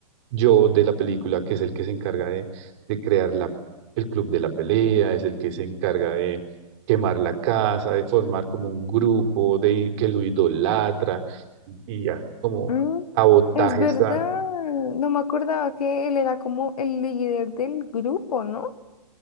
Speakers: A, on the right; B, on the left.
A: yo de la película, que es el que se encarga de, de crear la, el club de la pelea, es el que se encarga de quemar la casa, de formar como un grupo, de que lo idolatra y hace como
B: Mm,
A: sabotajes
B: es verdad.
A: a-
B: No me acordaba que él era como el líder del grupo, ¿no?